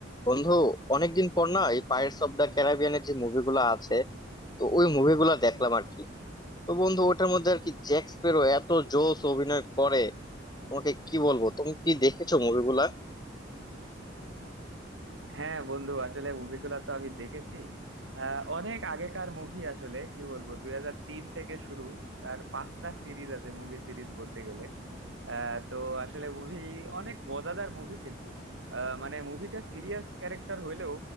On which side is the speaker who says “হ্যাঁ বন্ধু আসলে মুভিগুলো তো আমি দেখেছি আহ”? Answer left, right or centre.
Right